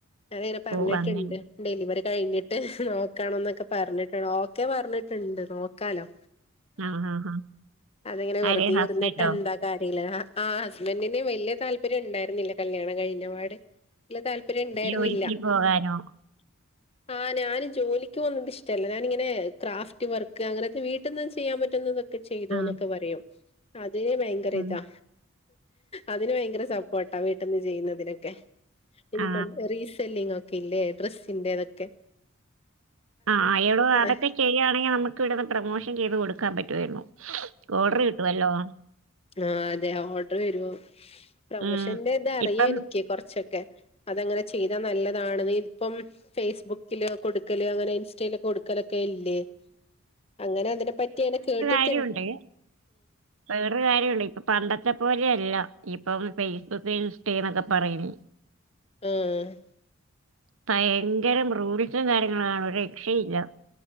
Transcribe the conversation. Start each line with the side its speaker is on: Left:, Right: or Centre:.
Left: ഞാനിങ്ങ പറഞ്ഞിട്ടുണ്ട്
Right: ഓ അങ്ങനെ
Left: ഡെലിവറി കഴിഞ്ഞിട്ട് നോക്കണ ന്നൊക്കെ പറഞ്ഞിട്ടുണ്ട് ഓക്കെ പറഞ്ഞിട്ടുണ്ട് നോക്കാലോ?
Right: ആഹാ ഹാ
Left: അതിങ്ങനെ വെറുതെ
Right: ആര് ഹസ്ബൻഡോ
Left: ഇരുന്നിട്ട് എന്താക്കാ <unintelligible> ആ ഹസ്ബൻറിന് വലിയ താല്പര്യം ഉണ്ടായിരുന്നില്ല കല്യാണം കഴിഞ്ഞപാട് ഇല്ല താല്പര്യം ഉണ്ടായിരുന്നില്ല
Right: ജോലിക്ക് പോകാനോ
Left: <inaudible> ആ ഞാന് ജോലിക്ക് പോന്നുന്നത് ഇഷ്ടല്ല ഞാനിങ്ങനെ ക്രാഫ്റ്റ് വർക്ക് അങ്ങനെയൊക്കെ വീട്ടിന്ന് ചെയ്യാൻ പറ്റുന്നുന്നത് ത് ചെയ്തോന്നെക്കെ
Right: ആ
Left: പറയും അതിന് ഭയങ്കര
Right: ആ
Left: ഇതാ അതിന് ഭയങ്കര സപ്പോർട്ടാ വീട്ടിന്ന് ചെയ്യുന്നതിനെക്കെ ഇനിയിപ്പം
Right: ആ
Left: റീ ല്ലങ്ങൊക്കെ ഇല്ലേ ഡ്രസ്സിന്റെ ഇതൊക്കെ
Right: ആ എടോ അതൊക്കെ
Left: ആഹ്
Right: ചെയ്യുകയാണെങ്കിൽ നമ്മുക്ക് ഇവിടുന്ന് പ്രൊമോഷൻ ചെയ്ത് കൊടുക്കാൻ പറ്റുമായിരുന്നു ഓർഡർ കിട്ടുവല്ലോ
Left: ആ അതെ ഓർഡർ വരുമോ പ്രമോഷന്റെ
Right: ഉം.
Left: ഇത അറിയാ
Right: ഇപ്പം
Left: എനിക്ക് കൊറച്ചൊക്കെ അതങ്ങനെ ചെയ്താ നല്ലതാണ് ഇപ്പം ഫേസ്ബുക്കില് കൊടുക്കല് അങ്ങനെ ഇൻസ്റ്റയില് കൊടുക്കലൊക്കെ ഇല്ലേ അങ്ങനെ അതിനെപ്പറ്റി കേട്ടിട്ട്
Right: കാര്യം ഉണ്ട് വേറെ കാര്യള്ളൂ ഇപ്പൊ പണ്ടത്തെ പോലെയല്ല ഇപ്പൊ ഫേസ്ബുക്ക് ഇൻസ്റ്റ എന്നൊക്കെ പറയണേ
Left: ആഹ്
Right: ഭയങ്കരം റൂഡിച്ചന്ന കാര്യങ്ങള ഒര് രക്ഷയില്ല